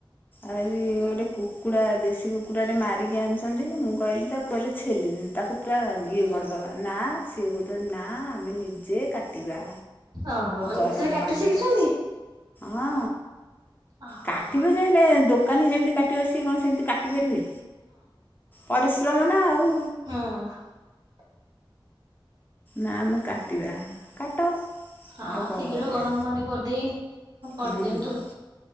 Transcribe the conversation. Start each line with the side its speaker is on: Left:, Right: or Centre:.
Left: ଆଉରି ଗୋଟେ କୁକୁଡ଼ା ଦେଶୀ କୁକୁଡ଼ାଟେ ମାରିକି ଆଣିଛନ୍ତି ମୁଁ କହିଲି ତାକୁ କହିଲେ ଛେଲି। <unintelligible> ତାକୁ ପୁରା ଇଏ କରିଦବା ନା ସିଏ କହୁଛନ୍ତି ନା ଆମେ ନିଜେ କାଟିବା।
Right: ଓହୋ
Left: ଗରମ
Right: ସେ କାଟି
Left: ପାଣି
Right: ଶିଖିଛନ୍ତି?
Left: ହଁ।
Right: ଓହୋ
Left: କାଟିବେ ଯେ ହେଲେ ଦୋକାନୀ ଯେମିତି କାଟ କଣ ସେମତି କାଟି ପାରିବେ ପରିଶ୍ରମ ନା ଆଉ।
Right: ହଁ।
Left: ନା ଆମେ କାଟିବା କାଟ।
Right: ହଁ
Left: ଆଉ କଣ
Right: ଶୀଘ୍ର
Left: କରିବା।
Right: ଗରମ ପାଣି କରିଦେଇ କରିଦିଅନ୍ତୁ।
Left: ହୁଁ